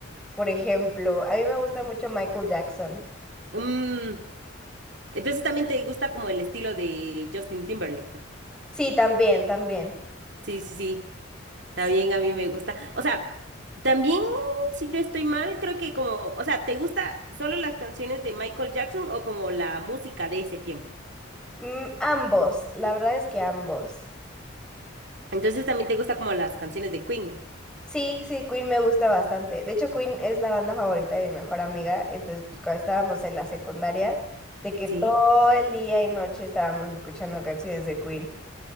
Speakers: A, in the centre; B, on the right (about 55°).
A: por ejemplo, a mí me gusta mucho Michael Jackson.
B: Mm, entonces también te gusta como el estilo de Justin Timberlake, ¿no?
A: Sí, también, también.
B: Sí, sí, sí,
A: Sí.
B: también a mí me gusta. O sea, también, si no estoy mal, creo que como, o sea, ¿te gusta solo las canciones de Michael Jackson o como la música de ese tiempo?
A: Mm, ambos, la verdad es que ambos.
B: Entonces también te gusta como las canciones de Queen, ¿no?
A: Sí, sí, Queen me gusta bastante. De hecho, Queen es la banda favorita de mi mejor amiga. Entonces, pues cuando estábamos en la secundaria, de que
B: Sí.
A: todo el día y noche estábamos escuchando canciones de Queen.